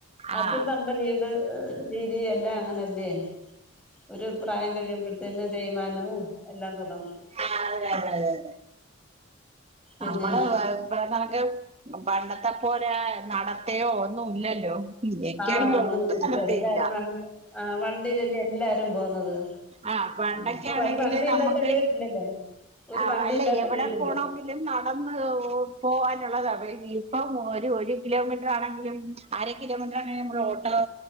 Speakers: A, in the centre; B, on the right.
A: അപ്പൾത്തെ
B: ആഹ്
A: അമ്മ്ടെ ജീവിത രീതി എല്ലാ അങ്ങനല്ലേ ഒരു പ്രായം കഴിയുമ്പൾ പിന്നെ തേമാനവും എല്ലാം തൊടങ്ങും
B: ആഹ് അതെ അതെ അതെ അതെ
A: പിന്നെ
B: അമ്മളെവ <unintelligible> നമക്ക് പണ്ടത്തെ പോലെ ആഹ് നടത്തേ ഒന്നും ഇല്ലല്ലോ എനിക്കാണെങ്കിൽ
A: ആഹ് ഒന്നും
B: ഒട്ടും
A: <unintelligible>
B: നടത്തയില്ല
A: എല്ലാരും വൺ ആഹ് വണ്ടീലല്ലേ എല്ലാരും പോന്നത്
B: ആഹ്, പണ്ടെക്കേണെങ്കില്
A: ഇപ്പൊ ഒരു വണ്ടി ഇല്ലാത്ത
B: നമ്മക്ക്
A: വീടില്ലല്ലേ ഒരു
B: ആഹ്
A: വണ്ടി
B: അല്ല
A: ഇല്ലാത്ത
B: എവിടെ
A: വീടില്ല
B: പോണോക്ക് ലും നടന്ന് പോവാനുള്ളതാ ഇപ്പം ഒരു ഒര് കിലോമീറ്ററാണെങ്കിലും അര കിലോമീറ്ററാണെങ്കി അമ്മളെ ഓട്ടോ,